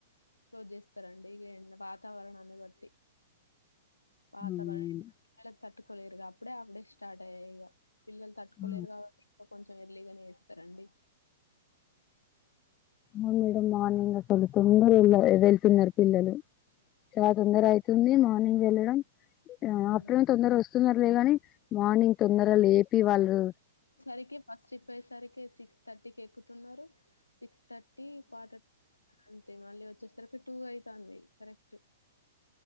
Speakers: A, on the left; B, on the left.
A: క్లోజ్ చేస్తారండి ఇగ ఎన్ వాతావరణాన్ని బట్టి
B: అవును
A: పాత వాతావరణ తట్టుకోలెరు అప్పుడే హాఫ్డైస్ స్టార్ట్ అయ్యాయి ఇగ పిల్లలు తట్టుకోలేరు
B: ఆ!
A: కాబట్టి ఇంకా కొంచెం ఎర్లీగానే ఇస్తారండి
B: ఆ మేడం మార్నింగ్ అసలు తొందర వెళ్ళ వెళ్తున్నారు పిల్లలు చాలా తొందర అయితుంది మార్నింగ్ వెళ్ళడం
A: ఉమ్
B: ఆఫ్టర్నూన్ తొందర వస్తున్నారు లే గాని మార్నింగ్ తొందర లేపి వాళ్ళు
A: రికి ఫస్ట్ ట్రిప్ అయి పోయేసరికి సిక్స్ థర్టీకి ఎక్కుతున్నారు సిక్స్ థర్టీ క్వార్టర్ అంతే మళ్ళీ వచ్చేసరికి టూ అయితది కరెక్ట్